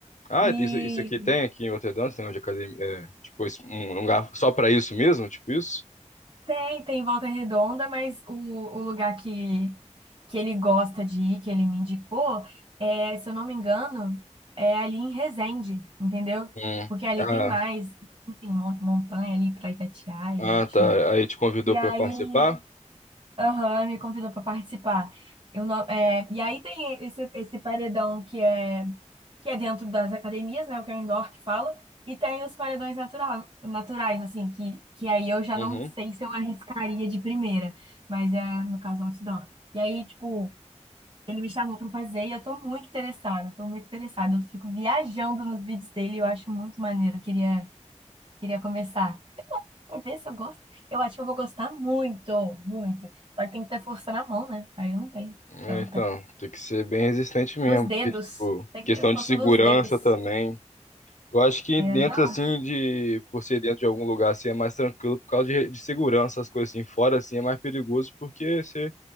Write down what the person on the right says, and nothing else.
E
tem, tem Volta Redonda, mas o, o lugar que que ele gosta de ir, que ele me indicou, é, se eu não me engano, é ali em Resende, entendeu?
Porque ali
tem mais, enfim, mon- montanha ali para Itatiaia,
enfim.
E aí,
aham, me convidou para participar. Eu não, é, e aí tem esse, esse paredão que é, que é dentro das academias, né? O que é o indoor que fala. E tem os paredões natural, naturais, assim, que, que aí eu já
não sei se eu arriscaria de primeira, mas é, no caso, outdoor. E aí, tipo, ele me chamou para fazer e eu tô muito interessada, tô muito interessada. Eu fico viajando nos vídeos dele, e eu acho muito maneiro. Eu Queria, queria começar. Pra ver se eu gosto. Eu acho que eu vou gostar muito, muito. Só que tem que ter força na mão, né? Aí eu não tenho
tanta.
Nos dedos.
Tem que
ter força
nos dedos.
É,
não,